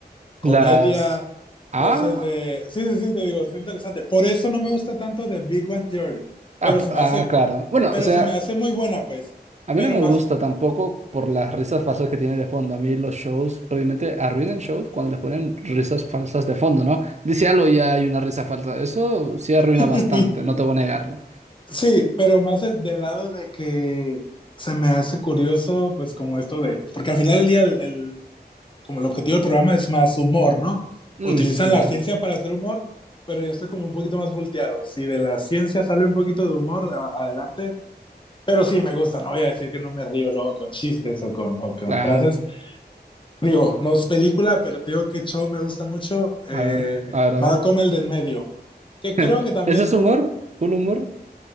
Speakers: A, on the left; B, on the right.
A: Comedia,
B: Las... Ah,
A: cosas de... Sí, sí, sí, te digo, es interesante. Por eso no me gusta tanto de Big Bang Theory,
B: ah,
A: pero
B: p-
A: se
B: ah,
A: me hace,
B: claro. Bueno,
A: pero
B: o sea,
A: se me hace muy buena, pues.
B: A mí
A: Pero
B: no me
A: más,
B: gusta tampoco por las risas falsas que tiene de fondo. A mí los shows probablemente arruinan shows cuando les ponen risas falsas de fondo, ¿no? Dice algo y ya hay una risa falsa. Eso sí arruina
A: <laughs>
B: bastante, no te voy a negarlo.
A: sí, pero más el- del lado de que se me hace curioso, pues como esto de, porque al final del día, el, el- como el objetivo del programa es más humor, ¿no?
B: Mm,
A: Utilizan
B: sí,
A: la ciencia para hacer humor, pero yo estoy como un poquito más volteado. Si de la ciencia sale un poquito de humor, a- adelante. Pero sí, me gusta, no voy a decir que no me río luego con chistes o con, o con
B: claro.
A: frases, Digo, no es película, pero te digo que show me gusta mucho. Eh,
B: A ver, a ver,
A: Malcolm
B: a ver.
A: el del medio, que
B: <laughs>
A: creo que también
B: ¿Ese es
A: por
B: humor?
A: lo...
B: ¿Full humor?